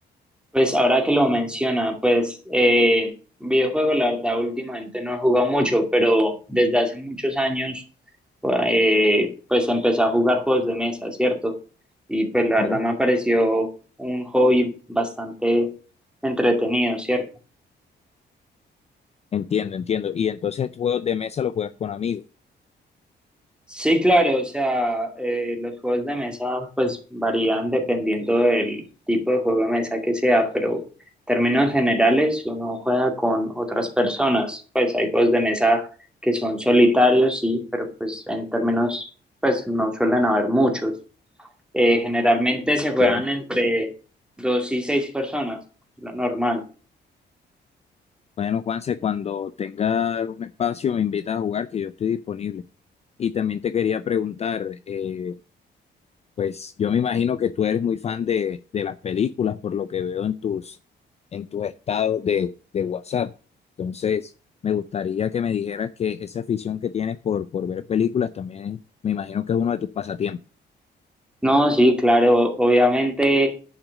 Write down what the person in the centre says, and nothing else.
Pues ahora que lo menciona, pues eh, videojuegos, la verdad, últimamente no he jugado mucho, pero desde hace muchos años, eh, pues empecé a jugar juegos de mesa, ¿cierto? Y pues la verdad
me pareció un hobby bastante entretenido, ¿cierto?
Sí, claro, o sea, eh, los juegos de mesa pues varían dependiendo del tipo de juego de mesa que sea, pero en términos generales uno juega con otras personas, pues hay juegos de mesa que son solitarios, sí, pero pues en términos pues no suelen haber muchos. Eh, generalmente se
juegan entre dos y seis personas, lo normal.
No, sí, claro, obviamente